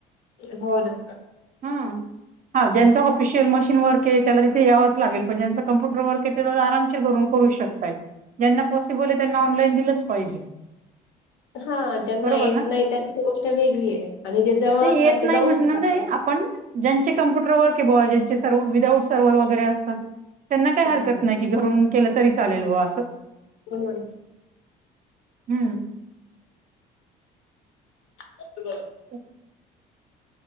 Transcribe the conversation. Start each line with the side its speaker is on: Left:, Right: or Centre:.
Left: हो ना.
Right: हा हा ज्यांच ऑफिशियल मशीन वर्क आहे त्याला तिथे यावंच लागेल पण ज्याच कम्प्युटर वर्क आरामशीर घरून करू शकतायत ज्यांना पॉसिबल आहे त्यांना ऑनलाईन दिलंच पाहिजे.
Left: हा. ज्यांना
Right: बरोबर
Left: येत
Right: ना?
Left: नाही त्यांची गोष्ट वेगळी आहे आणि जे जवळ
Right: नाही
Left: असतात
Right: येत
Left: ते
Right: नाही
Left: जाऊ
Right: म्हणणार
Left: शकतातना.
Right: नाही आपण ज्यांचे कम्प्युटर वर्क हे बुआ ज्यांचे सर्व विदाउट सर्व्हर वगैरे असतात त्यांना काही हरकत
Left: हां.
Right: नाही, की घरून केलं तरी चालेल बुआ असं.
Left: वन वन
Right: हम्म.
Left: <unintelligible>
Right: अच्छा.